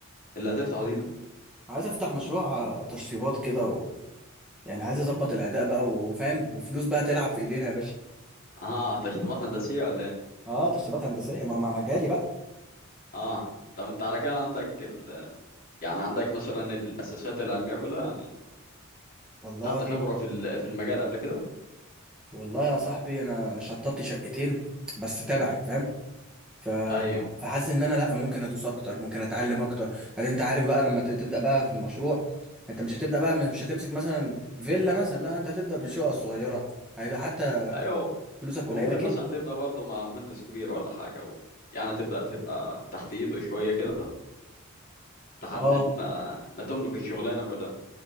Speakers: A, on the left (about 45°); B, in the centre.
A: اللي هتفتحه دي ده
B: عايز افتح مشروع آه، تشطيبات كده و... يعني عايز اظبط الاداء بقى وفاهم وفلوس بقى تلعب في ايدينا يا باشا
A: اه تشطيبات هندسيه ولا ايه
B: اه تشطيبات هندسيه ما مع مجالي بقى
A: اه طب انت على كده عندك ال... يعني عندك مثلا الاساسات العلميه كلها يعني
B: والله
A: خدت خبره في ال- في المجال قبل كده
B: والله يا صاحبي انا شطبت شقتين بس تبعي فاهم؟ ف...
A: ايوه
B: فحاسس ان انا لا ممكن ادوس اكتر ممكن اتعلم اكتر بعدين انت عارف بقى لما ت- تبدا بقى في المشروع انت مش هتبدا بقى مش هتمسك مثلا فيلا مثلا لا انت هتبدا بالشقه الصغيره هيبقى حتى
A: ايوه
B: فلوسك قليله
A: وممكن
B: كده
A: مثلا تبدا برضه مع مهندس كبير ولا حاجه و... يعني تبدا تبقى تحت ايده شويه كده لحد
B: اه
A: ما ما تملك الشغلانه كلها